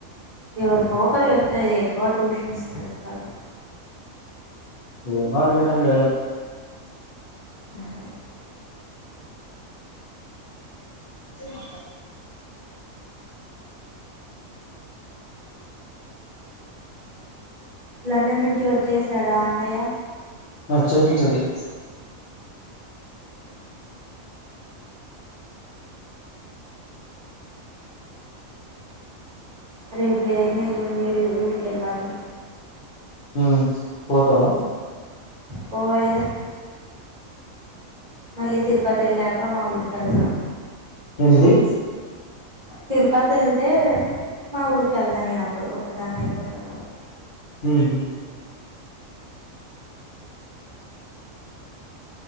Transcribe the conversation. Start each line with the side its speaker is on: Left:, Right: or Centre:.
Right: ఎవరికొకరికి చెప్తదీ ఎక్కువ ట్యూషన్స్ నడుపుతారు
Left: ఏమో అడుగుదాం మేడం
Right: ఉమ్
Left: <unintelligible>
Right: లండన్ నుంచి వచ్చేశాడా అన్నయ్య
Left: ఆ వచ్చేసి ఉంటాడు
Right: రేపు లేదు నేల్లుండే ఊరికెళ్ళాలి
Left: ఉమ్ పోతావా
Right: పోవాలిగా మళ్ళీ తిరుపతి ఎళ్ళాక మా ఊరికె ళ్దాం
Left: ఎంటిది
Right: తిరుపతి వెళ్తే మా ఊరు వెళ్తానేనప్పుడు ఒక దాన్ని అయిపో ఉంటాం గాబట్టి
Left: హ్ హు